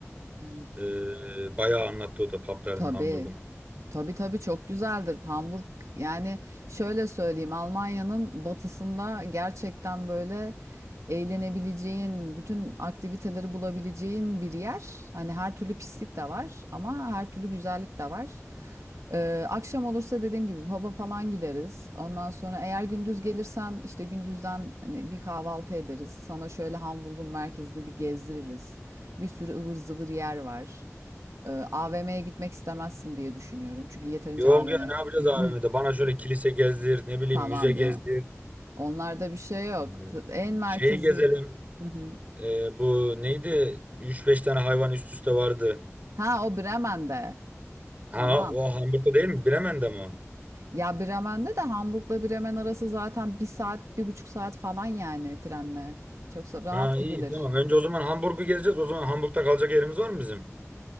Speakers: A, on the right (about 80°); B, on the right (about 30°).
A: Evet.
B: Ee, bayağı anlattı o da paplarını
A: Tabii.
B: Hamburg'un.
A: Tabii tabii çok güzeldir. Hamburg yani şöyle söyleyeyim Almanya'nın batısında gerçekten böyle eğlenebileceğin, bütün aktiviteleri bulabileceğin bir yer. Hani her türlü pislik de var ama her türlü güzellik de var. Ee, akşam olursa dediğim gibi pub'a falan gideriz. Ondan sonra eğer gündüz gelirsen işte gündüzden hani bir kahvaltı ederiz. Sana şöyle Hamburg'un merkezini bir gezdiririz. Bir sürü ıvır zıvır yer var. Eee, AVM'ye gitmek istemezsin diye düşünüyorum. Çünkü yeterince
B: Yok
A: AVM.
B: ya ne yapacağız
A: <laughs>
B: AVM'de? Bana şöyle kilise gezdir, ne bileyim
A: Tamam
B: müze gezdir.
A: canım. Onlarda bir şey yok.
B: Ee,
A: Z- En merkezi.
B: şeyi gezelim.
A: Hı hı.
B: Ee, bu neydi? üç beş tane hayvan üst üste vardı.
A: Ha o Bremen'de.
B: Ha
A: Tamam.
B: o Hamburg'da değil mi? Bremen'de mi o?
A: Ya Bremen'de de Hamburg'la Bremen arası zaten bir saat, bir buçuk saat falan yani trenle. Çok sa- rahat
B: Ha iyi
A: gidilir.
B: tamam. Önce o zaman Hamburg'u gezeceğiz. O zaman Hamburg'da kalacak yerimiz var mı bizim?